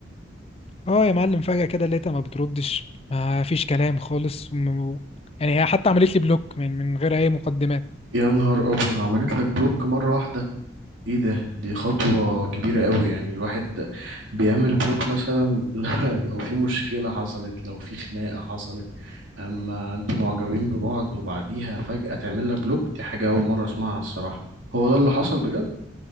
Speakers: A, on the left; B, on the right.
A: اه يا معلم فجأة كده لقيتها ما بتردش ما فيش كلام خالص وم- يعني هي حتى عملت لي بلوك من من غير أي مقدمات
B: يا نهار أبيض عملت لك بلوك مرة واحدة ايه ده دي خطوة كبيرة قوي يعني الواحد بيعمل بلوك مثلا <laughs> لو في مشكلة حصلت لو في خناقة حصلت اما انتوا معجبين ببعض وبعديها فجأة تعمل لك بلوك دي حاجة أول مرة أسمعها الصراحة هو ده اللي حصل بجد